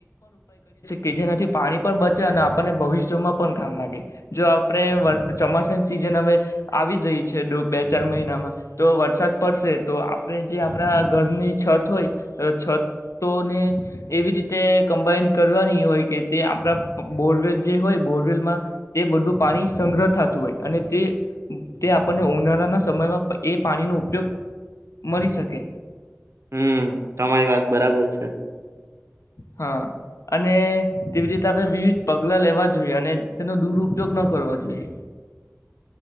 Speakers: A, on the left; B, on the right.
A: કે જેનાથી પાણી પણ બચે અને આપણને ભવિષ્યમાં પણ કામ લાગે જો આપણે વર ચોમાસાની સિઝન હવે આવી જ રહી છે ડો બે ચાર મહિનામાં તો વરસાદ પડશે તો આપણે જે આપણા ઘરની છત હોય તો છત તોને એવી રીતે કમ્બાઈન કરવાની હોય કે તે આપણા પ બોરવેલ જે હોય બોરવેલમાં તે બધું પાણી સંગ્રહ થાતું હોય અને તે તે આપણને ઉનાળાના સમયમાં એ પાણીનો ઉપયોગ મળી શકે.
B: હમ્મ તમારી વાત બરાબર છે.
A: હા, અને તેવરીત આપણે વિવિધ પગલા લેવા જોઈએ અને તેનો દુરપયોગ ન કરવા જોઈએ.